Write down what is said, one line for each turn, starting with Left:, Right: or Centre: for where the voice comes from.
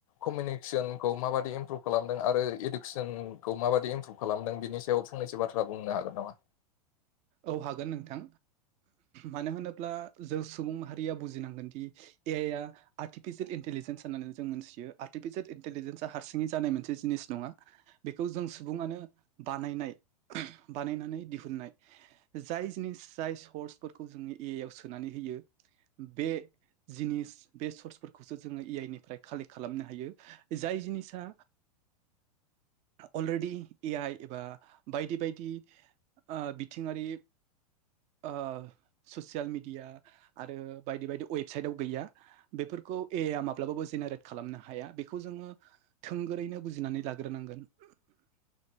Left: कमिनिक्सोनखौ माबादि इमप्रुभ खालामदों आरो इडुक्सोनखौ माबादि इमप्रुभ खालाम दों बिनि सायाव फंनैसो बाथ्रा बुंनो हागोन नामा?
Right: औ हागोन नोंथां मानो होनोब्ला जों सुबुं माहारिया बुजिनांगोन दि ए आइ या आर्टिफिसेल इन टिलिजेन सान्नानैनो जों मोन्थियो आर्टिफिसेल इन्टेलिजेन्सा हारसिङै जानाय मोनसे जिनिस नङा बेखौ जोंसो बुङानो बानायनाय बानायनानै दिहुन्नाय। जाय जिनिस जाय सर्सफोरखौ जोंनि ए आइ आव सोनानै होयो बे जिनिस बे सर्सफोरखौसो जोङो ए आइ निफ्राय खालेक्ट खालामनो हायो जाय जिनिसा अलरेडि ए आइ एबा बायदि बायदि ओ बि थिङारि ओ ससियेल मिडिया आरो बायदि बायदि वेबसाइटआव गैया बेफोर खौ ए आइया माब्लाबाबो जेनेरेट खालामनो हाया बेखौ जोङो थोंगोरैनो बुजिनानै लाग्रोनांगोन। <inaudible>